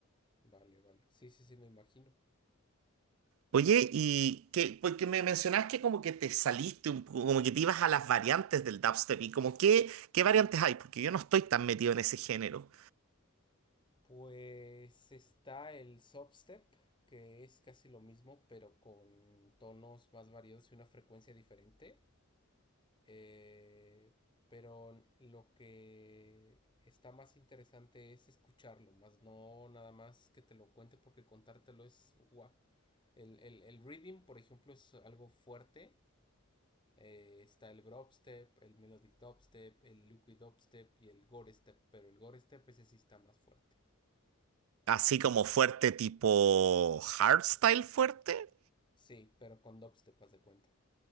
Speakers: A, on the left (about 20°); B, on the right (about 70°).
A: vale, vale. Sí, sí, sí, me imagino.
B: Oye, y que, porque me mencionás que como que te saliste un poco, como que te ibas a las variantes del dubstep y como qué, qué variantes hay, porque yo no estoy tan metido en ese género.
A: Pues está el substep, que es casi lo mismo, pero con tonos más variados y una frecuencia diferente. Eh, pero lo que está más interesante es escucharlo, más no nada más que te lo cuente, porque contártelo es guac. El, el, el reading, por ejemplo, es algo fuerte. Eh, está el Brobstep, el Melodic Dubstep, el Liquid Dubstep y el Gore Step, pero el Gore Step ese sí está más fuerte.
B: Así como fuerte tipo hardstyle fuerte.
A: Sí, pero con dubstep, haz de cuenta.